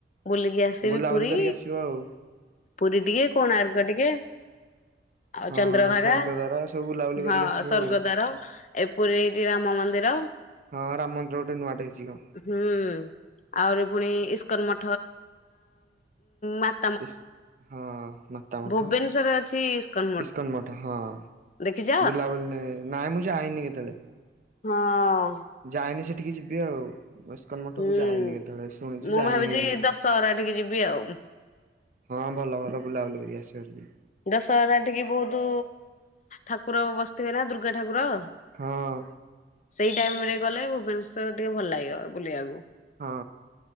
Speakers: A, on the left; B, on the right.
A: ବୁଲିକି ଆସିବି
B: ବୁଲାବୁଲି
A: ପୁରୀ
B: କରିକି ଆସିବ ଆଉ
A: ପୁରୀ ଟିକେ କୋଣାର୍କ ଟିକେ ଆଉ
B: ହଁ
A: ଚନ୍ଦ୍ରଭାଗା
B: ସ୍ୱର୍ଗଦ୍ୱାର ସବୁ ବୁଲାବୁଲି କରିକି
A: ହଁ
B: ଆସିବ
A: ସଵର୍ଗଦାର
B: ଆଉ
A: ଏପରି ପୁରୀ ହେଇଛି ରାମ ମନ୍ଦିର
B: ହଁ ରାମ ମନ୍ଦର ଗୋଟେ ନୂଆଟେ ହେଇଛି କଣ?
A: ହୁଁ ଆହୁରି ପୁଣି ଇସ୍କନ ମଠ
B: ଇସ୍ ହଁ ମାତା ମଠ
A: ଭୁବନେଶ୍ଵରରେ ଅଛି ଇସ୍କନ
B: ଇସ୍କନ୍ ମଠ ହଁ
A: ଦେଖିଛ?
B: ବୁଲା ବୁଲି ନାଇଁ ମୁଁ ଯାଇନି କେତେବେଳେ।
A: ହଁ।
B: ଯାଇନି ସେଠିକି ଯିବି ଆଉ। ବୟସ୍କନ ମଠକୁ
A: ହୁଁ
B: ଯାଇନି କେତେବେଳେ ଶୁଣିଛି
A: ମୁଁ
B: ଯାଇନି।
A: ଭାବିଛି ଦଶହରା ଠିକି ଯିବି ଆଉ
B: ହଁ ଭଲ ଭଲ ବୁଲାବୁଲି କର ଆସ କରିବି।
A: ଦଶହରା ଟିକେ ବହୁତ ଠାକୁର ବସିଥିବେ ନା ଦୁର୍ଗା ଠାକୁର
B: ହଁ।
A: ସେଇ ଟାଇମ ରେ ଗଲେ ଭୁବନେଶ୍ଵର ଟିକେ ଭଲ ଲାଗିବ ବୁଲିବାକୁ।
B: ହଁ